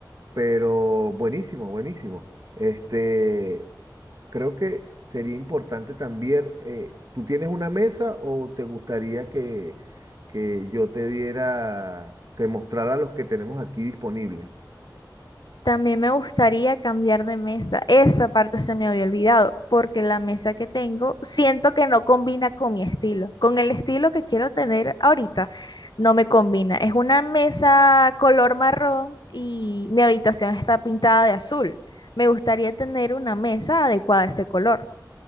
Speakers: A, on the right; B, on the left.
A: Pero buenísimo, buenísimo. Este, creo que sería importante también, eh, ¿tú tienes una mesa o te gustaría que, que yo te diera, te mostrara los que tenemos aquí disponibles?
B: También me gustaría cambiar de mesa. Esa parte se me había olvidado, porque la mesa que tengo siento que no combina con mi estilo. Con el estilo que quiero tener ahorita, no me combina. Es una mesa color marrón y mi habitación está pintada de azul. Me gustaría tener una mesa adecuada a ese color.